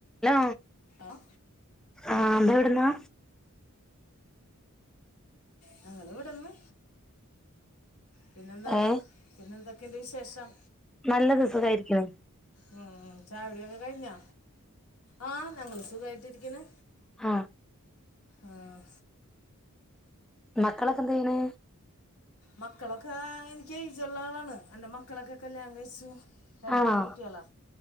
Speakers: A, in the centre; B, on the left.
A: Law
B: ആഹ്.
A: ആഹ് തവ്ട്ന്നാ?
B: ഞങ്ങള്വ്ട്ന്ന്. പിന്നെന്താണ്
A: ഏ
B: പിന്നെന്തൊക്കേണ്ട് വിശേഷം?
A: ന്നല്ലത് സുഖായിരിക്ക്ണു.
B: ഉം ചായൊടിക്കെ കഴിഞ്ഞോ? ആഹ് ഞങ്ങള് സുഖായിട്ടിരിക്ക്ണ്.
A: ആഹ്.
B: ആഹ്.
A: മക്കളക്കന്തിയ്യ്ണ്?
B: മക്കളൊക്കെ എൻക്ക് ഏജുള്ള ആളാണ് എൻ്റെ മക്കളൊക്കെ കല്യാണം കയ്ച്ചു. രണ്ട്
A: ആണോ
B: പെൺകുട്ട്യാളാ